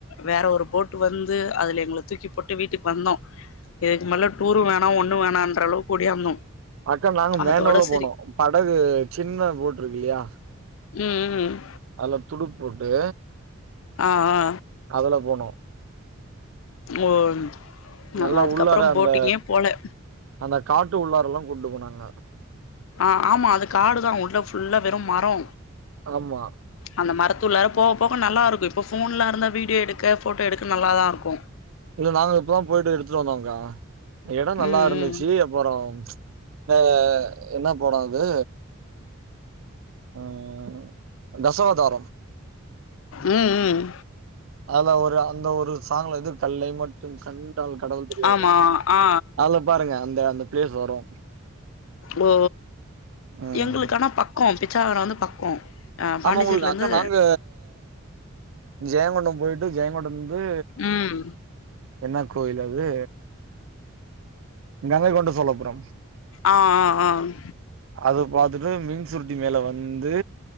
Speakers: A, on the left; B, on the right.
A: வேற ஒரு போட்டு வந்து அதுல எங்கள தூக்கி போட்டு வீட்டுக் வந்தோ இதுக்கு மேல டூரு வேணா ஒன்னு வேணான்ற அளவுக்கு ஓடியாந்தோ
B: அக்கா நாங்க மேனோல
A: அதோட சரி
B: போனோ படகு சின்ன போட்ருக் இல்லியா
A: ம் ம்
B: அதுல துடுப் போட்டு
A: ஆ ஆ
B: அதுல போனோ
A: ஓ <unintelligible> நா
B: நல்லா
A: அதுக்கப்பறம்
B: உள்ளார
A: போட்டிங்கே
B: அந்த
A: போல
B: அந்த காட்டு உள்ளாரெல்லா கொண்டு போனாங்க
A: ஆ ஆமா அது காடு தா உள்ள ஃபுல்லா வெறும் மரோ
B: ஆமா
A: அந்த மரத்துள்ளார போக போக நல்லாருக்கு இப்ப ஃபோன்லா இருந்தா வீடியோ எடுக்க ஃபோட்டோ எடுக்க நல்லாதா இருக்கு
B: இல்ல நாங்க இப்பதா போய்ட்டு எடுத்துட்டு வந்தோங்க்கா எடோ
A: ம்
B: நல்லா
A: ம்
B: இருந்துச்சி அப்பறோ த என்ன படோ அது ம் தசவதாரம்
A: ம் ம்
B: அதுல ஒரு அந்த ஒரு சாங்லது கல்லை மட் டும் கண்டால் கடவுள் தெரியாது
A: ஆமா ஆ
B: அதுல பாருங்க அந்த அந்த ப்ளேஸ் வரு
A: ஓ
B: ம்
A: எங்களுக்கானா பக்கோ பிச்சாவரோ வந்து பக்கோ ஆ பாண்டிச்சேரில
B: ஆமா உங்களுக்
A: இருந்து
B: அக்கா நாங்க ஜெயம்கொண்டம் போய்ட்டு ஜெயம்கொண்டந்து
A: ம்
B: என்னா கோயில் அது கங்கை கொண்ட சோழப்புரம்
A: ஆ ஆ ஆ ம்
B: அத பாத்துட்டு மீன் சுருட்டி மேல வந்து